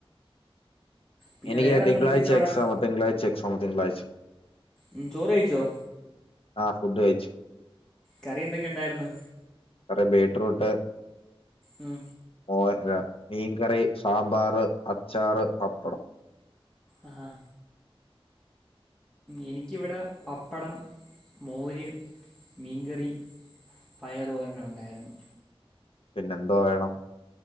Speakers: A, in the centre; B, on the left.
A: പിന്നെ
B: എനിക്ക്
A: വേറെ എന്താണ്
B: തിളാഴ്ച
A: വിശേഷം അവിടെ
B: എക്സാം തിങ്കളാഴ്ച എക്സാം തിങ്കളാഴ്ച
A: ഉം ചോറ് കഴിച്ചോ
B: ആഹ് ഫുഡ് കഴിച്ചു
A: കറി എന്തൊക്കെണ്ടായിരുന്നു
B: കറി ബീറ്റ്റൂട്ട്
A: ഉം
B: ഓ അല്ല മീൻകറി, സാമ്പാറ്, അച്ചാറ്, പപ്പടം
A: ആഹാ എനിക്കിവടെ പപ്പടം, മോര്, മീൻകറി പയറോരനൊണ്ടായിരുന്നു
B: പിന്നെന്തോ വേണം